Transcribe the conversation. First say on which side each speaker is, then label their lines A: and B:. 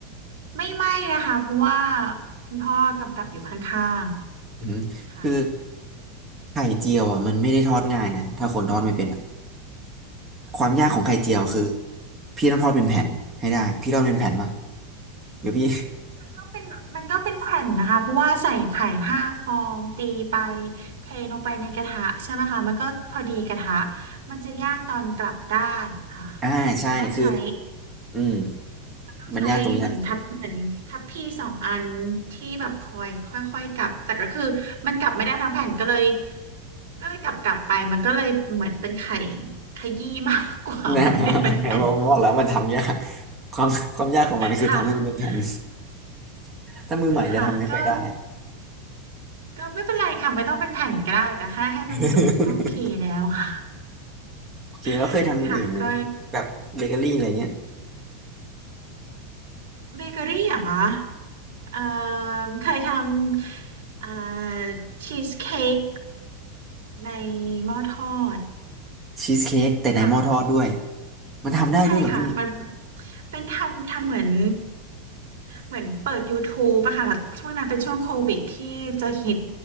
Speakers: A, on the right (about 80°); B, on the right (about 15°).
A: ไม่ไหม้นะคะเพราะว่าคุณพ่อกำกับอยู่ข้าง
B: อืมคือ
A: ๆค่ะ
B: ไข่เจียวอ่ะมันไม่ได้ทอดง่ายนะถ้าคนทอดไม่เป็นอะ ความยากของไข่เจียวคือพี่ต้องทอดเป็นแผ่นให้ได้พี่ทอดเป็นแผ่นปะหรือพี่
A: ก็เป็นมันก็เป็นแผ่นนะคะเพราะว่าใส่ไข่ห้าฟองตีไปเทลงไปในกระทะใช่ไหมคะมันก็พอดีกระทะมันจะยากตอนกลับด้านค่ะ
B: <laughs> อ่าใช่คือ
A: มันต้องใช้
B: อืม
A: ต้องใช้เหมือนทับเหมือนทับพี่สองอันที่แบบคอยค่อยๆกลับแต่ก็คือมันกลับไม่ได้ทั้งแผ่นก็เลย
B: มันยากตรงเนี้ย
A: ก็เลยกลับกลับไปมันก็เลยเหมือนเป็นไข่ขยี้มากกว่า
B: นะ
A: <laughs> มันไม่เป็นแผ่น
B: <laughs> ผมบอกแล้วมันทำยากความความยากของมันคือทำให้มันเป็นแผ่น
A: ค่ะ
B: <laughs> ถ้ามือใหม่จะทำไม่ค่อยได้
A: ค่ะก็ ก็ไม่เป็นไรค่ะไม่ต้องเป็นแผ่นก็ได้แต่แค่ให้มันสุกก็โอเคแล้วค่ะ
B: <laughs> โอเคแล้วเคยทำอย่างอื่นไหม
A: <laughs> ค่ะก็
B: แบบเบเกอรี่อะไรเงี้ย
A: เบเกอรี่เหรอคะเอ่อเคยทำเอ่อชีสเค้กในหม้อทอด
B: ชีสเค้กแต่ในหม้อทอดด้วย
A: ค่ะ
B: มันทำได้ด้วยเหรอพี่
A: ใช่ค่ะมันเป็นทำทำเหมือนเหมือนเปิด YouTube อะค่ะแล้วช่วงนั้นเป็นช่วงโควิดที่จะฮิต